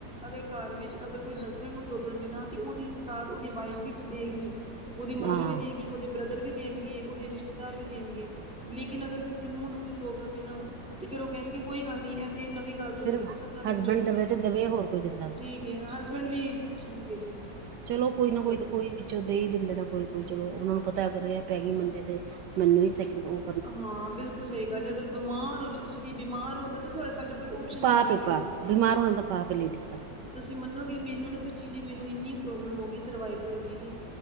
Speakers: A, in the centre; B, on the right (about 75°).
A: ਅਗਰ ਇੱਕ ਘਰ ਵਿੱਚ ਅਗਰ ਕੋਈ ਹਸਬੈਂਡ ਨੂੰ ਪ੍ਰੋਬਲਮ ਏ ਨਾ ਤੇ ਓਦੀ ਸਾਥ ਓਦੀ ਵਾਈਫ ਵੀ ਫੇਰ ਦੇਗੀ। ਓਦੀ ਮਦਰ
B: ਹਾਂ
A: ਵੀ ਦੇਗੀ, ਓਦੇ ਬ੍ਰਦਰ ਵੀ ਦੇਣਗ ਗੇ ਓਦੇ ਰਿਸ਼ਤੇਦਾਰ ਵੀ ਦੇਣਗੇ, ਲੇਕਿਨ ਅਗਰ ਕਿਸੇ ਨੂੰਹ ਨੂੰ ਕੋਈ ਪ੍ਰੋਬਲਮ ਏ ਨਾ ਤੇ ਫੇਰ ਓ ਕੈਣਗੇ ਕੋਈ ਗੱਲ ਨੀ ਏ ਤੇ ਏ ਨਵੀਂ ਗੱਲ ਥੋੜੀ
B: ਸਿਰਫ
A: ਐ ਤੇ ਸਬ ਨਾਲ ਏਂਜ
B: ਹਸਬੈਂਡ
A: ਹੁੰਦਾ,
B: ਦਵੇ ਤੇ ਦਵੇ ਹੋਰ ਕੋਈ ਦਿੰਦਾ ਨੀ
A: ਠੀਕ ਏ ਹਸਬੈਂਡ ਵੀ, ਠੀਕ ਐ ਜੀ।
B: ਚਲੋ ਕੋਈ ਨਾ ਕੋਈ
A: ਬਸ
B: ਤੇ ਕੋਈ ਵਿੱਚੋਂ ਦੇ ਈ ਦਿੰਦੇ ਨੇ ਕੋਈ-ਕੋਈ ਚਲੋ ਓਨਾ
A: ਹਾਂ
B: ਨੂੰ ਪਤਾ ਏ ਕਰ ਰਿਆ। ਪੈ ਗਈ ਮੰਜੇ ਤੇ ਮੈਨੂੰ ਈ <unintelligible> ਓ
A: ਹਾਂ ਬਿਲਕੁਲ ਸਈ ਗੱਲ ਐ ਅਗਰ ਬਿਮਾਰ ਹੋ ਜੋ ਤੁਸੀਂ ਬਿਮਾਰ ਹੁੰਦਾ ਤੇ ਤੁਆਡਾ ਸਾਡੇ ਕੋ ਕੋਲ ਓਪਸ਼ਨ
B: ਪਾਪ
A: ਹੈ ਈ
B: ਏ
A: ਨੀ
B: ਪਾਪ
A: ਕੋਈ।
B: ਬਿਮਾਰ ਹੋਣਾ ਤਾ ਪਾਪ ਐ ਲੇਡੀਜ਼ ਦਾ।
A: ਤੁਸੀਂ ਮੰਨੋਗੇ ਮੈਨੂੰ ਨਾ ਪਿੱਛੇ ਜੇ ਮੈਨੂੰ ਇੰਨੀ ਪ੍ਰੋਬਲਮ ਹੋ ਗਈ ਸਰਵਾਈਕਲ ਦੀ।